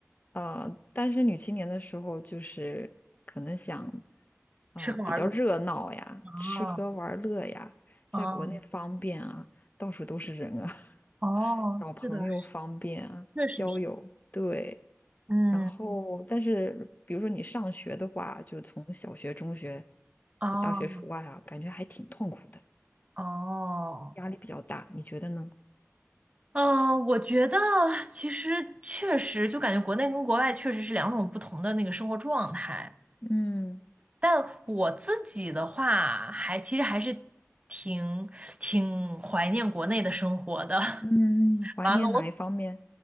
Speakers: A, on the left; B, on the right.
A: 呃，单身女青年的时候，就是可能想呃比较热闹呀，
B: 吃喝玩乐。哦
A: 吃喝玩乐呀，在国内方便啊，
B: 哦
A: 到处都是人啊，
B: 哦，
A: <laughs> 找朋友方便啊，
B: 是的，是，确实是。
A: 交友对。
B: 嗯，
A: 然后，但是比如说你上学的话，就从小学、中学、
B: 哦
A: 大学除外啊，感觉还挺痛苦的，
B: 哦，
A: 压力比较大，你觉得呢？
B: 嗯，我觉得其实确实就感觉国内跟国外确实是两种不同的那个生活状态。
A: 嗯
B: 但我自己的话，还其实还是挺挺怀念国内的生活的。
A: 嗯，
B: <laughs>
A: 怀念哪一方面？
B: 完了，我